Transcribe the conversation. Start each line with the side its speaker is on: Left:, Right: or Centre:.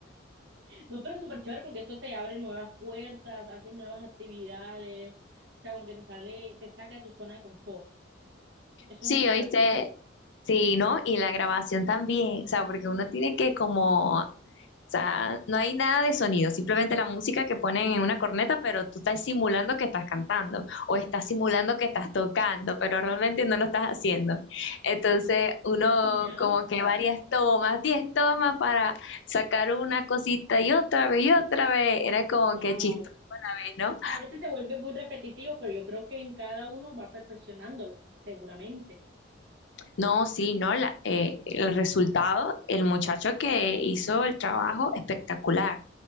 Right: No, pero súper chévere porque eso te abre nuevas puertas, haces nuevas actividades. O sea, como que te sale, te saca de tu zona de confort. Eso
Left: Sí,
Right: es espectacular.
Left: oíste, sí,
Right: Ujú.
Left: ¿no? Y la grabación también, o sea, porque uno tiene que como, o sea, no hay nada de sonido, simplemente la música que ponen en una corneta, pero tú estás simulando que estás cantando o estás simulando que estás tocando, pero realmente no lo estás haciendo. Entonces, uno
Right: Mira,
Left: como que varias tomas, 10 tomas para sacar una cosita y otra vez y otra vez, era como
Right: wow.
Left: que chistoso, ¿no?
Right: A veces se vuelve muy repetitivo, pero yo creo que en cada uno va perfeccionándolo, seguramente.
Left: No, sí, no, la- eh, el
Right: sí
Left: resultado, el muchacho que hizo el trabajo, espectacular.